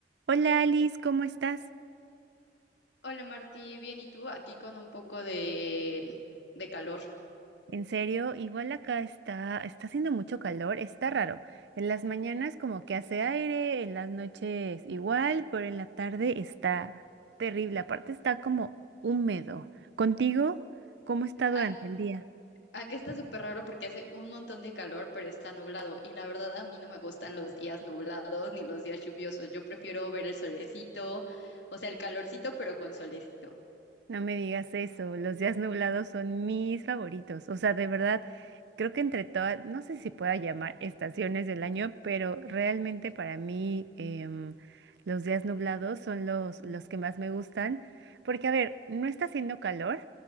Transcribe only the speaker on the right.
Hola Alice, ¿cómo estás?
En serio, igual acá está, está haciendo mucho calor, está raro. En las mañanas como que hace aire, en las noches igual, pero en la tarde está terrible. Aparte está como húmedo. ¿Contigo? ¿Cómo está
durante el día?
No me digas eso, los días nublados son mis favoritos. O sea, de verdad, creo que entre todas, no sé si pueda llamar estaciones del año, pero realmente para mí em, los días nublados son los, los que más me gustan. Porque, a ver, no está haciendo calor